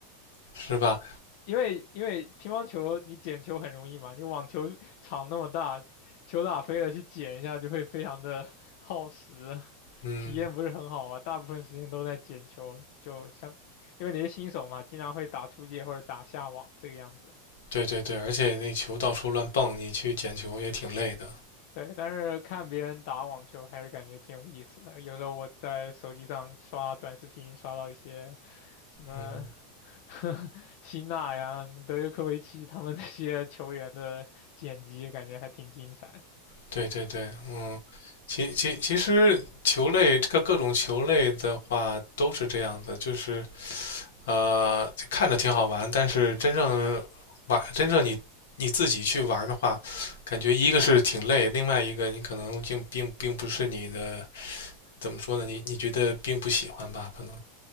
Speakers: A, on the left; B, on the left.
A: 是吧？
B: 因为因为乒乓球你捡球很容易嘛，你网球场那么大，球打飞了去捡一下就会非常的 <laughs> 耗时，
A: 嗯，
B: 体验不是很好吧？大部分时间都在捡球，就像因为你是新手嘛，经常会打出界或者打下网这个样子。
A: 对对对，而且那球到处乱蹦，你去捡球也挺累的。
B: 对，但是看别人打网球还是感觉挺有意思的。有时候我在手机上刷短视频，刷到一些什么
A: 嗯，
B: <laughs> 辛纳呀、德约科维奇他们那些球员的剪辑，感觉还挺精彩的
A: 对对对，嗯，其其其实球类这个各种球类的话都是这样子，就是。呃，看着挺好玩，但是真正玩，真正你你自己去玩的话，感觉一个是挺累，另外一个你可能并并并不是你的，怎么说呢？你你觉得并不喜欢吧？可能。